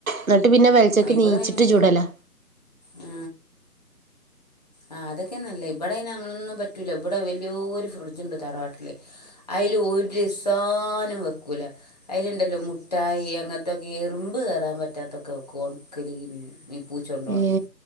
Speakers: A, on the right (about 55°); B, on the left (about 25°).
A: ന്നട്ട് പിന്നെപലചക്
B: ഇവിടെ
A: നീച്ചിട്ട്
B: അതിന്,
A: ചൂടലാ
B: ആ ആ അതൊക്കെന്നല്ല ഇവിടെ അങ്ങനൊന്നും പറ്റൂല ഇവിടെ വലിയോ രു ഫ്രിഡ്ജ് ഉണ്ട് തറവാട്ടില് അയ്ല് ഒരു സാനം വെക്കൂല അതിലുണ്ടല്ലോ മുട്ടായി അങ്ങനത്തൊക്കെ എറുമ്പ് കേറാൻ പറ്റാത്തൊക്കെ വെക്കും ഉണക്കലിൻ മീൻ പൂച്ച കൊണ്ട്പോണീന്
A: ഏ